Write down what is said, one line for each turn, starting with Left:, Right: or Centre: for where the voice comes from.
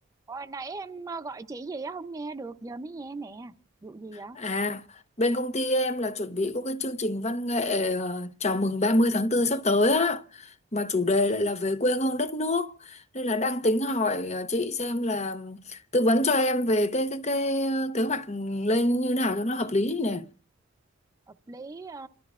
Right: Hồi nãy em ờ, gọi chị gì á không nghe được giờ mới nghe nè. Vụ gì vậy?
Left: À, bên công ty em là chuẩn bị có cái chương trình văn nghệ ờ, chào mừng 30 tháng 4 sắp tới á mà chủ đề lại là về quê hương đất nước nên là đang tính hỏi ờ, chị xem là tư vấn cho em về cái cái cái kế hoạch lên như nào cho nó hợp lý nè.
Right: Hợp lý ờ,